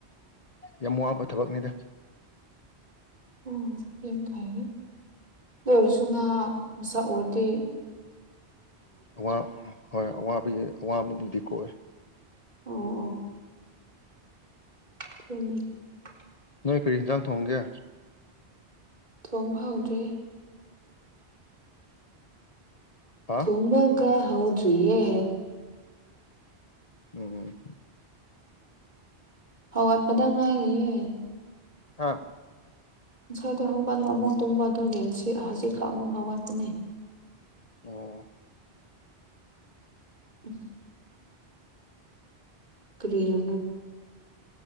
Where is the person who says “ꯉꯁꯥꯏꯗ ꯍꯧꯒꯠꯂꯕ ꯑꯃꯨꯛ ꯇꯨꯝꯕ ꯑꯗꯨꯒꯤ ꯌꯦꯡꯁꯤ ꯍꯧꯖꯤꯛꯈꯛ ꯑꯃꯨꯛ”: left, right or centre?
Right